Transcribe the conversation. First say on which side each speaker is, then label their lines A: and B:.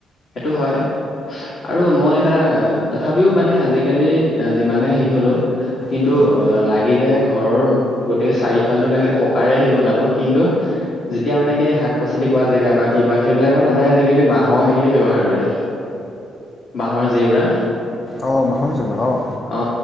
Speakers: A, on the left (about 55°); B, on the left (about 30°).
A: সেইটো হয় আৰু মই এটা, তথাপিও মানে আজিকালি এয়া, যিমানে হেৰি হ'লেও, কিন্তু
B: হয়
A: অ', লাগিলে ঘৰৰ গোটেই চাৰিফ ফালটো পকাৰে হেৰি বনাব, কিন্তু এতিয়া মানে শাক পাচলি কৱা জেগা বা কিবা সেইবিলাকত সদায় আজি কালি বাঁহৰ হেৰিয়ে। ব্যৱহাৰ কৰে বাঁহৰ জেউৰা।
B: অঁ বাহঁৰ জেওঁয়া অঁ
A: অ